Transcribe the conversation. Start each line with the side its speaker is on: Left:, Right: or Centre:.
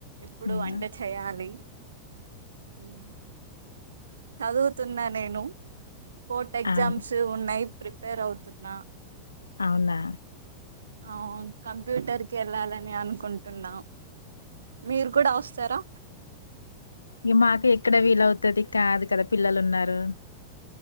Right: ఇప్పుడు
Left: ఉమ్,
Right: వంట చేయ్యలి ఇంగ <unintelligible> చదువుతున్నా నేను కోర్ట్ ఎగ్జామ్స్
Left: అవును
Right: ఉనయి ప్రిపేర్ అవ్ తున్నా
Left: ఔవునా
Right: ఔన్ కంప్యూటర్ కి ఎళ్ళాలని అనుకుంటుంన్న మీర్ కూడ వోస్తారా
Left: ఇగ మాకి ఎక్కడ వీలవుతది కాదు కదా పిల్లలున్నారు